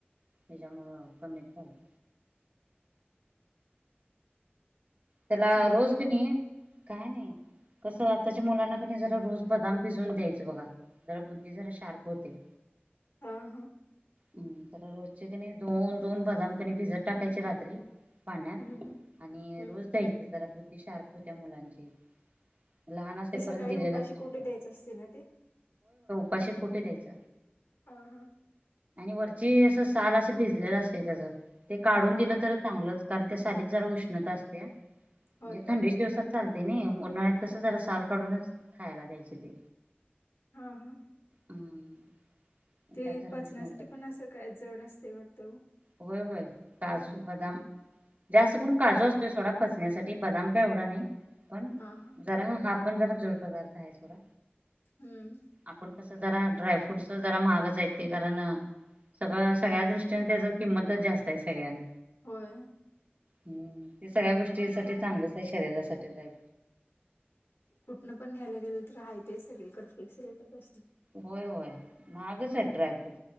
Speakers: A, on the right; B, on the left.
A: हच्यामुळं कमीच झालं. त्याला
B: आणि
A: रोज
B: काय
A: कणी काय नाही. कसं आताच्या मुलांना क जरा रोज बदाम पिजवून द्यायचं बघा जरा बुद्धी जरा शार्प होते.
B: हा हा
A: हम्म तर रोजचे कणी दोन दोन बदाम कणी भिजत टाकायचे रात्री, पाण्यात
B: हम्म हम्म
A: आणि
B: हम्म
A: रोज दयचं जरा बुद्धी शार्प होत्या मुलांची लहान असेपर्यंत
B: ते सकाळी
A: दिलेलंच
B: उपाशी
A: नव्हतं
B: पोटी द्यायच असते ना ते,
A: उपाशीपोटी द्यायच.
B: हा हा
A: वरची अस साल असं भिजलेलं असते त्या ते काढून
B: हा
A: दिलं तर चांगलंच कारण त्या सालीत जरा उष्णता असते म्हणजे
B: होय काय
A: थंडीच्या दिवसात चालते. ते नाही उन्हाळ्यात कस जरा साल काढूनच खायला द्यायचे ते,
B: हा हा
A: हम्म
B: ते
A: त्यात जरा
B: पचनासाठी
A: उष्णता
B: पण असं काय जड असते वाटतं.
A: होय होय काजू बदाम जास्त
B: हम्म
A: करून
B: हम्म
A: काजू असतोय सोडा. <inaudible> बदाम का एवा नाही पण
B: हा हा
A: ज हा आपण जरा जोड पदार्थ आहे सोडा
B: हम्म
A: आपण. कस जरा ड्रायफ्रूटच जरा महागच येत कारण, सगळं सगळ्या दृष्टीने त्याच किंमतच जास्त आहे. सगळ्यांना
B: होय.
A: हम्म ते सगळ्या गोष्टीसाठी चांगलीच आहे शरीरासाठीच आहे.
B: कुठनं पण घ्यायला गेलं तर आहे ते सगळी इकड फिक्स रेटच असते.
A: होय होय महागच आहे ड्रायफ्रूट